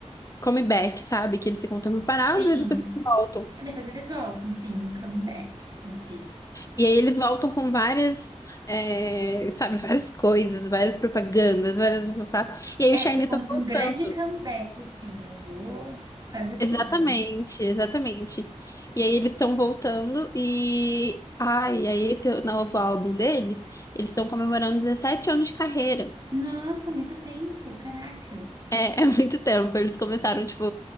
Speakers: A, on the left; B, on the right.
A: comeback, sabe? Que eles ficam um tempo parados
B: Sim.
A: e depois eles voltam.
B: Depois eles voltam, sim, um comeback, entendi.
A: E aí eles voltam com várias, é, sabe, <laughs> várias coisas, várias propagandas, várias... E aí
B: É
A: o Shiny
B: tipo
A: tá
B: um, um
A: voltando.
B: grande comeback, assim, eu vou fazer
A: Exatamente,
B: tudo.
A: exatamente. E aí eles estão voltando e... Ai, aí esse novo álbum deles, eles estão comemorando 17 anos de carreira.
B: Nossa, muito tempo, caraca.
A: É, <laughs> é muito tempo. Eles começaram, tipo,